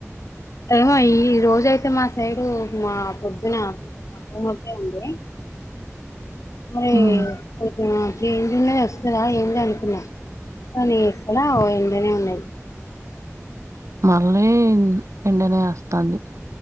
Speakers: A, on the left; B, on the right.
A: ఏమో ఈ రోజ అయితే మా సైడు, మా పొద్దున మబ్బు మబ్బే ఉంది. మరి?
B: ఉమ్
A: ఆ చీ తిన్నయ్ వస్తున్నయా ఏంది అనుకున్నా, కానీ ఎక్కడ ఓ ఎండనే ఉన్నది.
B: మళ్ళీ ఎండనే వస్తాంది.